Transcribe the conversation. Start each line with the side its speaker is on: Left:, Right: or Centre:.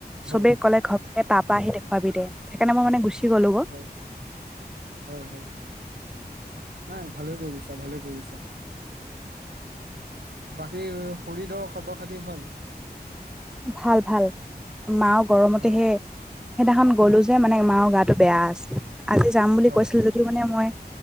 Right: হয়
Centre: চবে ক'লে ঘপকে তাৰপা আহি দেখুৱাবি দে, সেইকাৰণে মই মানে গুচি গ'লো গৈ
Right: হয়। হয় হয়। নাই ভালে কৰিছ চা ভালেই কৰিছ। বাকী শৰীৰডৰ খবৰ খাতি ভাল?
Centre: ভাল ভাল। মাওঁ গৰমতেহে
Right: অ
Centre: সেইদিনাখন গ'লো যে মানে মাৰ গাটো বেয়া আছিল। আজি যাম বুলি
Right: হয়
Centre: কৈছিল
Right: হয়
Centre: যদিও মানে মই